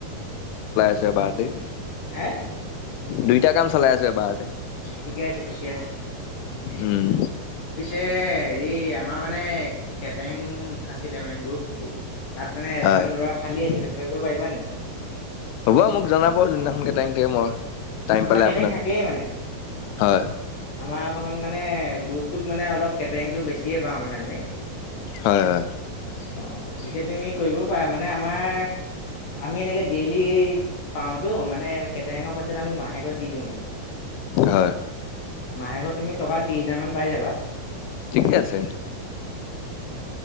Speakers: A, on the left (about 85°); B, on the left (about 65°).
A: ঠিকেই দি।
B: হে
A: দুইটা কাম চলাই আছো এবাৰ।
B: ঠিকে আছে ঠিকে আছে
A: উম
B: পিছে হেৰি আমাৰ মানে কেটাৰং আছিলে মানে গ্ৰুপ তাত মানে এজন
A: হয়
B: ল'ৰা খালী আছিলে কৰিব পাৰিবা নেকি?
A: হ'ব মোক জনাব যোনদিনাখন কেটাইক দিয় মই। টাইম
B: আমাৰ
A: পালে
B: কেইদিন
A: আপোনাক
B: থাকেই মানে
A: হয়
B: আমাৰ অকমান মানে গ্ৰপ ত মানে অলপ কেটাৰিংটো বেছিয়ে পাওঁ মানে আমি।
A: হয় হয়
B: অ পিছে তুমি কৰিব পাৰা মানে আমাৰ আমি এনেকে ডেইলি পাওতো মানে কেইটঙৰ পইচাত আমি মাহেকত দি দিওঁ মানে।
A: হয়
B: মাহেকত তুমি টকা ত্ৰিশ হাজাৰ মান পাই যাবা।
A: ঠিকে আছে।